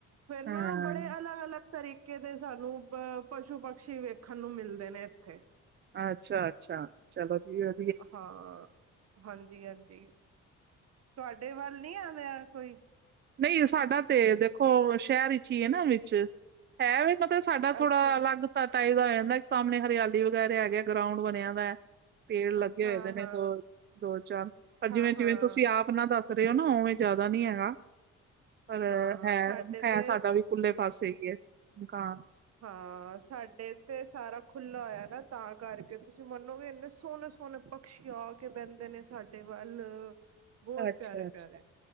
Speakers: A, on the right (about 55°); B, on the right (about 35°).
A: ਫੇਰ ਨਾ
B: ਹਾਂ
A: ਬੜੇ ਅਲੱਗ- ਅਲਗ ਤਰੀ- ਕੇ ਦੇ ਇਸ ਹਿਸਾਬ ਨਾਲ ਅ ਪਸ਼ੂ ਪਕਸ਼ੀ ਵੇਖਣ ਨੂੰ ਮਿਲਦੇ ਨੇ ਇੱਥੇ।
B: ਅੱਛਾ-ਅੱਛਾ ਚਲੋ ਜੀ ਓ।
A: ਹਾਂ, ਹਾਂਜੀ-ਹਾਂਜੀ ਤੁਹਾਡੇ ਵੱਲ ਨੀ ਆਉਂਦਾ ਕੋਈ।
B: ਨਹੀਂ ਸਾਡਾ ਤੇ ਦੇਖੋ ਸ਼ਹਿਰ ਵਿੱਚ ਹੀ ਹੈ ਨਾ ਵਿੱਚ। ਹੈ ਵੇ ਮਗਰ ਸਾਡਾ ਥੋੜਾ
A: ਅੱਛਾ
B: ਅਲੱਗ। ਟਾਈਪ ਆ ਜਾਂਦਾ ਏ ਸਾਹਮਣੇ ਹਰਿਆਲੀ ਵਗੈਰਾ ਹੈਗੇ ਗਰਾਉਂਡ ਬਣਿਆ ਵੇ ਏ। ਪੇੜ ਲੱਗੇ
A: ਹਾਂ
B: ਹੋਏ ਦੇ ਨੇ
A: ਹਾਂ
B: ਦੋ, ਦੋ-ਚਾਰ ਪਰ
A: ਹਾਂ
B: ਜਿਵੇਂ- ਜਿਵੇਂ
A: ਹਾਂ
B: ਤੁਸੀਂ ਆਪ ਨਾ ਦੱਸ ਦੱਸ ਰਹੇ ਹੋ ਨਾ ਉਵੇਂ ਜ਼ਿਆਦਾ ਨੀ ਹੈਗਾ। ਪਰ
A: ਹਾਂ
B: ਹੈ,
A: ਸਾਡੇ
B: ਹੈ
A: ਤੇ
B: ਸਾਡਾ ਵੀ ਖੁੱਲੇ ਪਾਸੇ ਈ ਏ ਮੁਕਾਨ।
A: ਹਾਂ ਸਾਡੇ। ਤੇ ਸਾਰਾ ਖੁੱਲਾ ਹੋਇਆ ਨਾ ਤਾਂ ਕਰਕੇ ਤੁਸੀਂ ਮੰਨੋਗੇ ਇੰਨੇ ਸੋਹਣੇ- ਸੋਹਣੇ ਪ- ਪੰਛੀ ਆ ਕੇ ਬਹਿੰਦੇ ਨੇ ਸਾਡੇ ਵੱਲ। ਬਹੁਤ
B: ਅੱਛਾ-ਅੱਛਾ।
A: ਪਿਆਰੇ ਪਿਆਰੇ